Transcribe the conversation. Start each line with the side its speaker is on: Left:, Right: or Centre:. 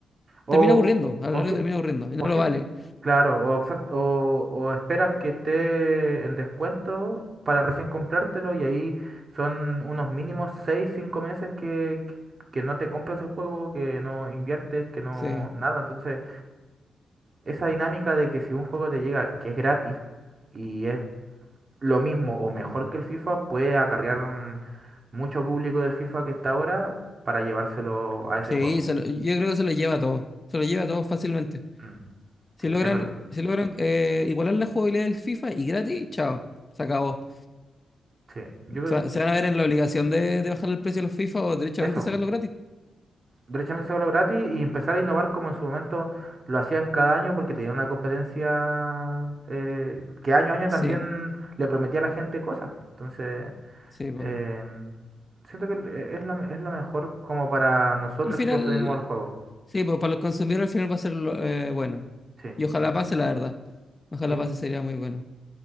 Right: O,
Left: termina aburriendo, a lo
Right: o,
Left: largo
Right: si-
Left: termina aburriendo, y no
Right: O
Left: lo
Right: si,
Left: vale.
Right: claro, o, exact- o, o esperas que esté en descuento para recién comprártelo y ahí son unos mínimos 6 5 meses que, que no te compras el juego, que no inviertes, que no
Left: Sí,
Right: nada. Entonces, esa dinámica de que si un juego te llega que es gratis y es lo mismo o mejor que el FIFA, puede acarrear mm, mucho público del FIFA que está ahora para llevárselo a ese
Left: sí,
Right: juego.
Left: se lo- yo creo que se lo lleva todo, se lo lleva todo fácilmente.
Right: Mm,
Left: Si
Right: sí,
Left: logran,
Right: es verdad.
Left: si logran eh, igualar la jugabilidad del FIFA y gratis, chao, se acabó.
Right: Sí, yo creo,
Left: Se, va- se
Right: yo-
Left: van a ver en la obligación de, de bajar el precio de los FIFA o directamente
Right: eso.
Left: sacarlo gratis.
Right: derechamente sacarlo gratis y empezar a innovar como en su momento lo hacían cada año porque tenían una competencia eh, que año a año
Left: Sí,
Right: también le prometía a la gente cosas. Entonces,
Left: sí, po.
Right: eh, siento que e- es lo, me- es lo mejor como para nosotros
Left: Al final,
Right: que consumimos el juego.
Left: sí, pues para los consumidores al final va a ser lo- eh, bueno.
Right: Sí,
Left: Y ojalá
Right: ah,
Left: pase, la verdad. Ojalá
Right: sí,
Left: pase, sería muy bueno.